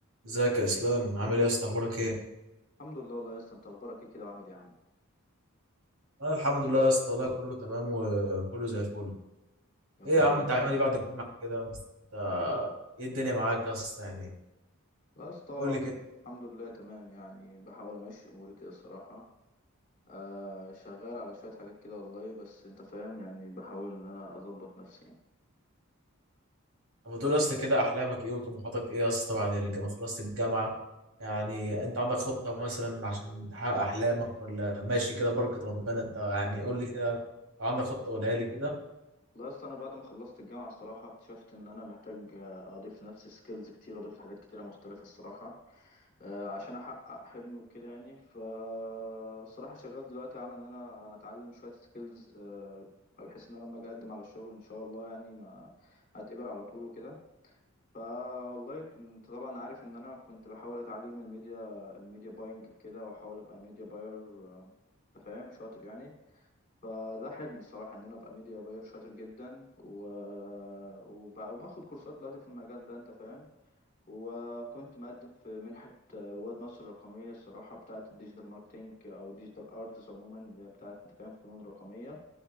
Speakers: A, on the right (about 80°); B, on the left (about 40°).
A: ازيك يا اسلام عامل ايه يا اسطى اخبارك ايه
B: الحمد لله والله يا اسطى انت اخبارك ايه كده وعامل ايه يا عم
A: انا الحمد لله يا اسطى والله كله تمام وكله زي الفل
B: يا
A: ايه
B: رب
A: يا
B: دايما
A: عم انت عامل
B: كده
A: ايه
B: صح
A: بعد الجامعه كده يا اسطى انت ايه الدنيا معاك يا اسطى يعني
B: يا اسطى
A: قول لي كده
B: الحمد لله تمام يعني بحاول امشي اموري كده الصراحه آه شغال على شويه حاجات كده والله بس انت فاهم يعني بحاول ان انا اظبط نفسي يعني.
A: طب بتقول يا اسطى كده احلامك ايه وطموحاتك ايه يا اسطى بعد الجامعه خلصت الجامعه يعني انت عندك خطه مثلا عشان تحقق احلامك ولا ماشي كده بركه ربنا انت يعني قول لي كده لو عندك خطه قولها لي كده
B: لا اصل انا بعد ما خلصت الجامعه الصراحه اكتشفت ان انا محتاج آه، اضيف لنفسي سكيلز كتير اضيف لحاجات كتيره مختلفه الصراحه آه، عشان احقق حلمي وكده يعني فالصراحه شغال دلوقتي على ان انا اتعلم شويه سكيلز بحيث ان انا لما اجي اقدم على الشغل ان شاء الله يعني ما اتقبل على طول وكده فوالله ك- انت طبعا عارف ان انا كنت بحاول اتعلم الميديا الميديا باينج كده واحاول ابقى ميديا باير انت فاهم شاطر يعني فده حلمي الصراحة إن أنا أبقى ميديا باير شاطر جدا و... وب... وباخد كورسات دلوقتي في المجال ده أنت فاهم وكنت مقدم في منحة رواد مصر الرقمية الصراحة بتاعة الديجيتال ماركتينج أو الديجيتال أرتس عموما اللي هي بتاعة أنت فاهم فنون رقمية